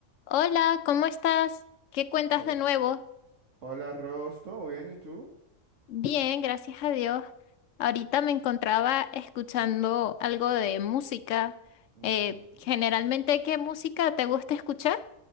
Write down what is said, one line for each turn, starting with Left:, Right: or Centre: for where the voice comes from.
Left: Hola, ¿cómo estás? ¿Qué cuentas
Right: Ho-
Left: de nuevo?
Right: Hola, Ross, ¿todo bien? ¿Y tú?
Left: Bien, gracias a Dios. Ahorita me encontraba escuchando algo de música.
Right: Ujú.
Left: Eh, generalmente, ¿qué música te gusta escuchar?